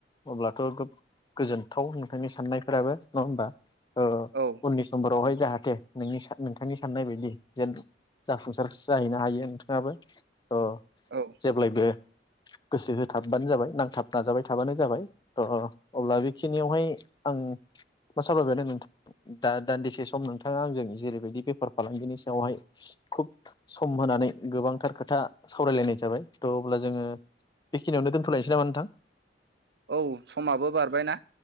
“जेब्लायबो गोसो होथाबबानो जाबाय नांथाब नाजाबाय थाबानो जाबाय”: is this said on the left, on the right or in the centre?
Left